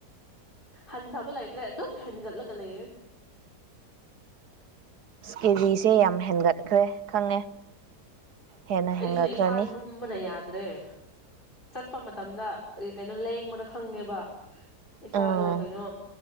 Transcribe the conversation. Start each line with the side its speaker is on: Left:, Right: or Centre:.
Left: ꯍꯟꯗꯕꯜꯥꯏꯇ꯭ꯔꯦ ꯑꯗꯨ ꯍꯦꯟꯒꯠꯂꯒꯂ ꯏꯔ
Right: ꯀꯦꯖꯤꯁꯦ ꯌꯥꯝ ꯍꯦꯟꯒꯠ ꯆꯠꯈ꯭ꯔꯦ ꯈꯪꯉꯦ ꯍꯦꯟꯅ
Left: ꯑꯩꯁꯨꯅꯦ
Right: ꯍꯦꯟꯒꯠꯈ꯭ꯔꯅꯤ
Left: ꯏꯁꯥ ꯂꯨꯝꯕꯅ ꯌꯥꯗ꯭ꯔꯦ ꯆꯠꯄ ꯃꯇꯝꯗ ꯀꯩꯅꯣ ꯂꯦꯡꯕꯗ ꯈꯪꯉꯦꯕ ꯏꯁꯥꯗꯣ
Right: ꯎꯝ
Left: ꯀꯩꯅꯣ